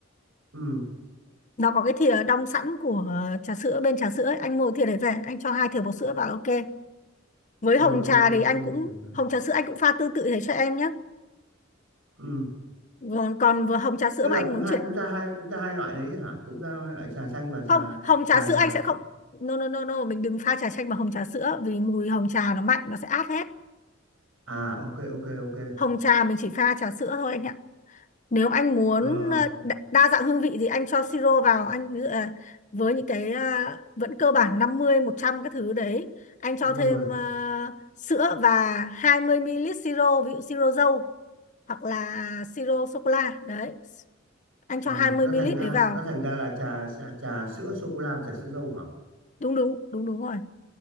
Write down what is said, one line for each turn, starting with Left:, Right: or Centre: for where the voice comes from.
Right: ừ,
Left: nó có cái thìa đong sẵn của ờ, trà sữa bên trà sữa ấy. anh mua thìa đấy về anh cho hai thìa bột sữa vào ok với
Right: rồi
Left: hồng trà
Right: ok
Left: thì
Right: ok
Left: anh cũng
Right: Dạ vâng.
Left: hồng trà sữa anh cũng pha tương tự thế cho em nhé
Right: ừ.
Left: Còn còn vừa hồng trà sữa
Right: tức
Left: mà
Right: là
Left: anh
Right: cũng
Left: muốn
Right: hai
Left: chuyển
Right: cũng ra hai cũng ra hai loại đấy hả cũng ra hai loại trà chanh và trà
Left: không, hồng trà
Right: trà
Left: sữa
Right: trà
Left: anh sẽ không no no no no mình đừng pha trà chanh bằng hồng trà sữa vì mùi hồng trà nó mạnh nó sẽ át hết.
Right: à ok ok ok
Left: Hồng trà mình chỉ pha trà sữa thôi anh ạ. Nếu anh muốn
Right: ờ,
Left: ờ, đa, đa dạng hương vị thì anh cho siro vào anh ví dụ là với những cái ờ, vẫn cơ bản năm mươi một trăm cái thứ đấy, anh cho
Right: rồi
Left: thêm ờ, sữa và 20 ml siro ví dụ siro dâu hoặc là siro sô cô la đấy. Anh
Right: ờ,
Left: cho 20
Right: nó thành
Left: ml
Right: ra
Left: đấy vào.
Right: nó thành ra là trà trà, trà sữa sô cô la và trà sữa dâu hả
Left: Đúng đúng, đúng đúng rồi.